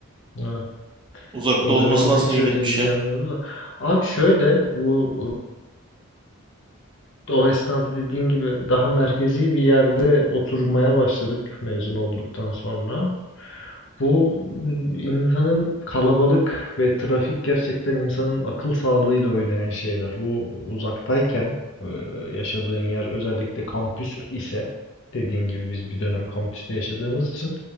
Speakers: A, on the left; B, on the right.
A: evet.
B: Uzakta
A: O
B: olması
A: dönemde
B: nasıl
A: hiç
B: nimetmiş
A: öyle gibi
B: ya.
A: gelmiyordu da. Abi şöyle bu ıı, o esnada dediğin gibi daha merkezi bir yerde oturmaya başladık mezun olduktan sonra. Bu insanın kalabalık ve trafik gerçekten insanın akıl sağlığıyla oynayan şeyler. Bu uzaktayken e, yaşadığın yer özellikle kampüs ise dediğin gibi biz bir dönem kampüste yaşadığımız için